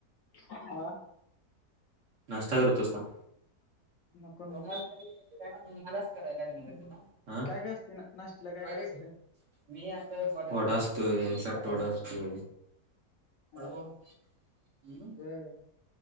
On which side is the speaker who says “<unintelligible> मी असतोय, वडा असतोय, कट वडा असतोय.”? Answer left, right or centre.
Right